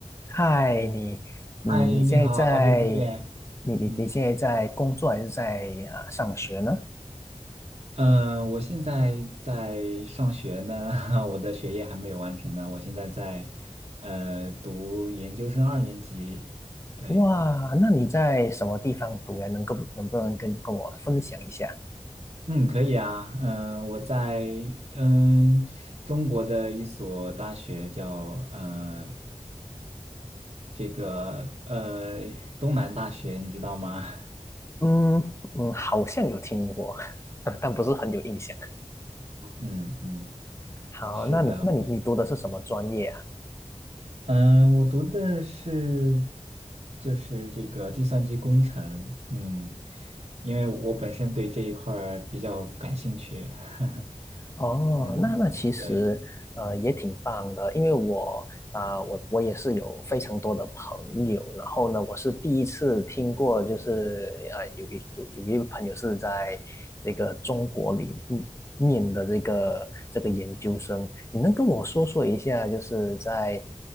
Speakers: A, on the left; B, on the right.
A: 嗨，你，
B: 嗨，
A: 嗯，
B: 你好，
A: 你现在在，
B: 好久不见。
A: 你你你现在在工作还是在啊、
B: 嗯
A: 上学呢？
B: 嗯，呃我现在在上学呢，<laughs> 我的学业还没有完成呢。我现在在呃读研究生二年级。对，
A: 哇，那你在什么地方读呀？能够能不能跟跟我分享一下？
B: 嗯，可以啊。嗯，我在嗯中国的一所大学叫呃这个呃东南大学，你知道吗？
A: 嗯嗯，好像有听过，<laughs> 但不是很有印象。
B: <laughs> 嗯嗯，
A: 好，
B: 是的。
A: 那那你你读的是什么专业啊？
B: 嗯，我读的是就是这个计算机工程，嗯，因为我本身对这一块儿比较感兴趣，<laughs>
A: 哦，
B: 嗯，
A: 那那其实呃也挺棒的，
B: 对，
A: 因为我啊、我我也是有非常多的朋友，然后呢，我是第一次听过，就是呃有一有有一位朋友是在这个中国里嗯念的这个这个研究生，你能跟我说说一下，就是在